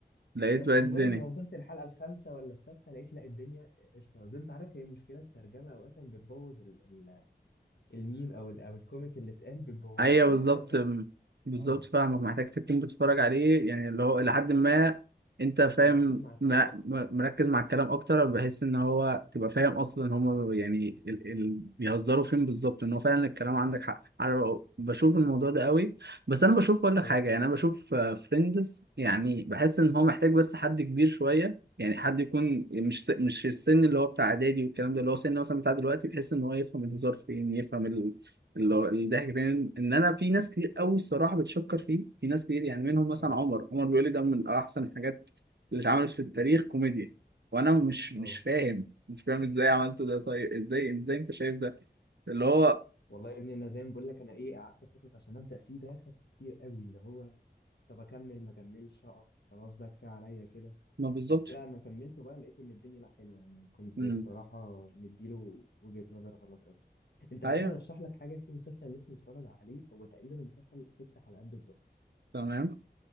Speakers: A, on the right (about 70°); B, on the left (about 70°).
A: لقيت
B: بس
A: بقى الدنيا
B: مجرد ما وصلت الحلقه الخامسه ولا السادسه لقيت لا الدنيا قشطه زي انت عارف هي مشكله الترجمه اوقات بتبوظ ال- ال- الميم او ال- او الكوميك اللي اتقال بتبوظه
A: ايوه
B: لان
A: بالظبط
B: انت مثلا
A: بالظبط
B: اه
A: فاهمك محتاج تكون بتتفرج عليه يعني اللي هو لحد ما انت فاهم
B: مركز مع الكلام
A: م-
B: اكتر
A: م- مركز مع الكلام اكتر بحيث ان هو تبقى فاهم اصلا هم يعني ال... ال... بيهزروا فين بالظبط ان هو فعلا الكلام عندك حق عارف بشوف الموضوع ده قوي بس انا بشوف اقول
B: اه
A: لك حاجه يعني انا بشوف فريندز يعني بحس ان هو محتاج بس حد كبير شويه يعني حد يكون مش س- مش السن اللي هو بتاع اعدادي والكلام ده اللي هو سن مثلا بتاع دلوقتي بحيث ان هو يفهم الهزار فين يفهم اللي هو الضحك فين ان انا في ناس كتير قوي الصراحه بتشكر فيه في ناس كتير يعني منهم مثلا
B: اه
A: عمر عمر بيقول لي ده من احسن الحاجات اللي اتعملت في التاريخ كوميديا وانا مش مش
B: اه
A: فاهم مش فاهم ازاي عملته ده طيب ازاي ازاي انت شايف ده اللي هو
B: والله يا ابني انا زي ما بقول لك انا ايه قعدت فتره عشان ابدا فيه ده خدت كتير قوي اللي هو طب اكمل ما اكملش اقف خلاص بقى كفايه عليا كده
A: ما بالظبط
B: بس لا لما كملته بقى لقيت ان الدنيا لا حلوه يعني كنت
A: امم
B: الصراحه مديله وجهه نظر غلط قوي انت
A: ايوه
B: لو عايزني ارشح لك حاجه في مسلسل لسه متفرج عليه هو تقريبا المسلسل ست حلقات بالظبط
A: تمام